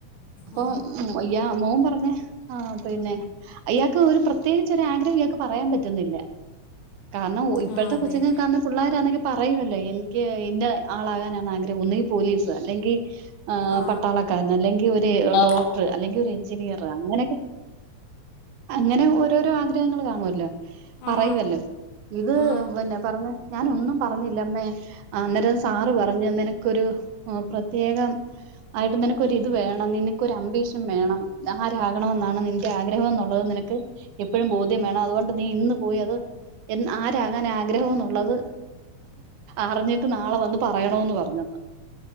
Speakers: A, on the right; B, on the left.
A: അപ്പം
B: ആ
A: അയ്യ മോൻ പറഞ്ഞേ ആ പിന്നെ അയാക്ക് ഒരു പ്രത്യേകിച്ച് ഒരു ആഗ്രഹം ഇയാൾക്ക് പറയാൻ പറ്റും പറ്റുന്നില്ല കാരണം ഇപ്പോഴത്തെ
B: ആ അതെ
A: കൊച്ചുങ്ങൾക്കതൊന്നും പിള്ളോരണെങ്കിൽ പറയുമല്ലോ എനിക്ക് ഇന്ന ആളാകാനാണ് ആഗ്രഹം ഒന്നുകിൽ പോലീസ് അല്ലെങ്കിൽ
B: ആ
A: പട്ടാളക്കാരൻ അല്ലെങ്കിൽ ഒരു
B: ആ
A: ഡോക്ടർ അല്ലെങ്കിൽ ഒരു എഞ്ചിനീയർ അങ്ങനെയൊക്കെ അങ്ങനെ ഓരോരോ ആഗ്രഹങ്ങൾ കാണുവല്ലോ പറയുവല്ലോ
B: ആ
A: ഇത്
B: ആ
A: പിന്നെ പറഞ്ഞ ഞാനൊന്നും പറഞ്ഞില്ലമ്മേ അന്നേരം സാറ് പറഞ്ഞു നിനക്കൊരു പ്രത്യേകം ആയിട്ട് നിനക്കൊരു ഇത് വേണം നിനക്ക് അംമ്പീഷൻ വേണം ആരാകണമെന്നാണ് നിന്റെ ആഗ്രഹം എന്നുള്ളത് നിനക്ക് എപ്പോഴും ബോധ്യം വേണം അതുകൊണ്ട് അപ്പൊ നീ ഇന്ന് പോയത് ആരാകാൻ ആഗ്രഹംന്നുള്ളത് അറിഞ്ഞിട്ട് നാളെ വന്ന് പറയണന്ന് പറഞ്ഞെന്ന്